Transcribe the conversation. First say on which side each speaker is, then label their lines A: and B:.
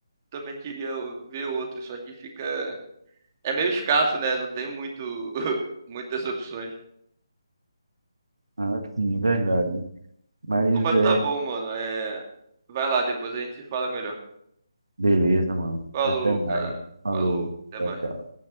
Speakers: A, on the right; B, on the right.
A: também queria ver outro, só que fica. É meio escasso, né? Não tem muito. <laughs> Muitas opções.
B: Ah, sim, verdade. Mas
A: Pô, Mas
B: é
A: tá bom, mano. É... Vai lá, depois a gente se fala melhor.
B: Beleza, mano.
A: Falou,
B: Até mais.
A: cara.
B: Falou.
A: Falou. Até
B: Tchau,
A: mais.
B: tchau.